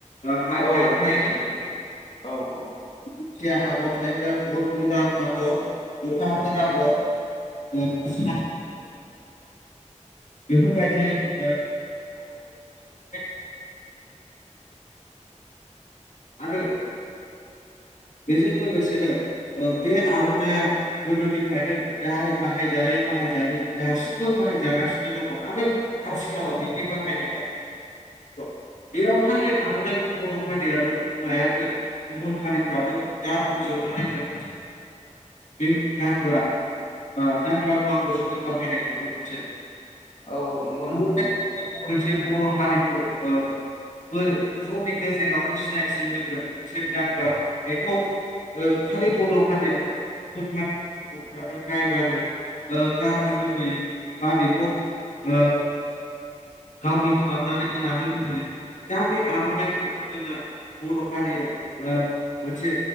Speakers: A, on the left; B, on the left.
A: ओ हाग्रायाव
B: औ
A: थायोना
B: मिथियो नोंथां औ औ
A: दिंखिया आगर थायोब्ला बरदुराम आगर अखाफोर आगर सान आगर बेफोरबायदि ओ आगर एरोमोन आर'नाइयाव आरो बेजों लोगोसेनो ओ बे आर'नाइया गोदोनिफ्रायनो बाहायजायै बाहायजायै दासिमबो बाहायजागासिनो दङ आरो आथिखालाव बेनि बाहायनाया बांबोगासिनो दं बेयाव खालि आर'नाइखौ बर' हारियाल' लायाखै गुबुन हारि <unintelligible> बे गानग्रा ओ गानग्रा मुवाखौ जोङो बाहायनाय नुनो मोनसै
B: औ नंगौ
A: आर'नाइया
B: नोंथां नंगौ
A: जाहैबाय मोनसे बर' हारिखौ ओ बुहुमनि गेजेरावनो सिनायथि होग्रा मोनसे गानग्रा बेखौ ओ खालि बर' हारियल' नङा गुबुन हारिनि सुबुंफ्रानो बायबानो ओ गाननो लुबैयो बा बेखौ ओ गावनि खालामनानै लानो लुबैयो दा बे आर'नाइखौ जोंना बर' हारिया ओ मोनसे